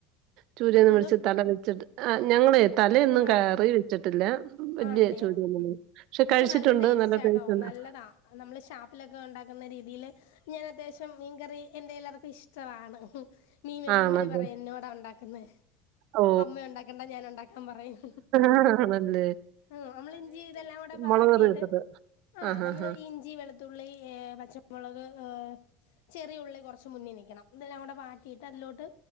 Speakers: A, on the right; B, on the left.
A: ചൂരയൊന്ന് മേടിച്ച്
B: അതോ
A: തല വെച്ച്ട്ട് ആഹ് ഞങ്ങളെയ് തലയൊന്നും
B: ആ
A: കറി വെച്ച്ട്ട്ല്ല വല്ല്യെ
B: ആണല്ലേ
A: ചൊടിഉള്ള
B: ആ
A: മീൻ ക്ഷെ
B: പക്ഷെ
A: കഴിച്ചിട്ടുണ്ട്
B: ടേസ്റ്റാട്ടോ
A: നല്ല ടേസ്റ്റ് ഉണ്ട് ആഹ്
B: നല്ലതാ നമ്മള് ഷാപ്പിലൊക്കെ ഉണ്ടാക്കുന്ന രീതിയില് ഞാൻ അത്യാവശ്യം മീൻകറി എന്റെ എല്ലാവർക്കും ഇഷ് ടവാണ് മീൻ വേടിക്കുംമ്പയെ
A: ആ ആണല്ലേ
B: പറയും എന്നോടാ ഉണ്ടാക്കെന്ന്
A: ഓ
B: അമ്മയുണ്ടാക്കണ്ട ഞാനു ഉണ്ടാക്കാം പറയും
A: അഹ് ഹാ അതെന്ന് പറഞ്ഞെ
B: ഓഹ് നമ്മള് ഇഞ്ചി ഇതെല്ലാം കൂടെ വാട്ടിയിട്ട്
A: മുളക് കറി വെച്ചത്
B: ആഹ്
A: ആ ഹാ
B: നമ്മള്
A: ഹാ
B: ഇഞ്ച് ഞ്ചി, വെളുത്തുള്ളി, പച്ചമുളക്, എഹ് ചെറിയഉള്ളി കൊറച്ച് മുന്നിനിക്കണം ഇതെല്ലാം കൂടെ വാ ട്ടിയിട്ട് അതിലോട്ട്